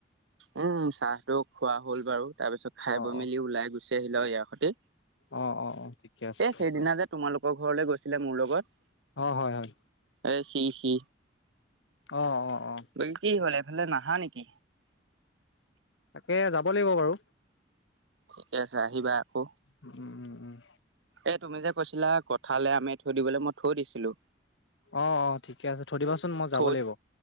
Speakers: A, on the right; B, on the left.
A: উম চাহতো খোৱা হ'ল বাৰু। তাৰ পিছত খাই
B: অ
A: বৈ
B: অ
A: মেলি ওলাই গুচি আহিলো ইয়াৰ
B: অ অ অ ঠিকে আছে
A: এ
B: ঠিকে
A: সেইদিনা
B: আছে
A: যে তোমালোকৰ ঘৰলে গৈছিলে মোৰ লগত
B: অ হয় হয়।
A: এ সি সি।
B: অহ অ। অ
A: বাকী কি হ'ল এইফালে নাহা নেকি?
B: তাকে যাব লাগিব বাৰু।
A: ঠিকে আছে আহিবা আকৌ।
B: উম উম উম।
A: এ তুমি যে কৈছিলা কঠালে, আমে থৈ দিবলৈ মই থৈ দিছিলোঁ।
B: অ অ ঠিকে আছে। থৈ দিবাচোন মই যাব
A: থৈ
B: লাগিব